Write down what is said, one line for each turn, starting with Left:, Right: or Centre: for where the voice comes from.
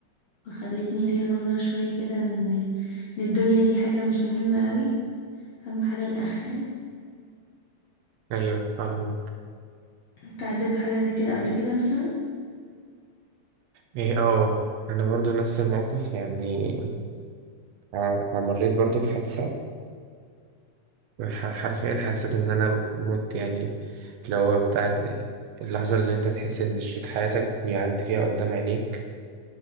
Left: فخلتني ليا نظرة شوية كده ان ان الدنيا دي حاجة مش مهمة قوي اهم حاجة الاخرة يعني
Right: أيوة فاهمك
Left: انت عديت بحاجة زي كده قبل كده مثلا
Right: ايه اه انا برضو نفس الموقف يعني ع- مريت برضو بحادثة وحرفيا حسيت ان انا مت يعني اللي هو بتاعت اللحظة اللي انت تحس ان شريط حياتك بيعدي فيها قدام عينيك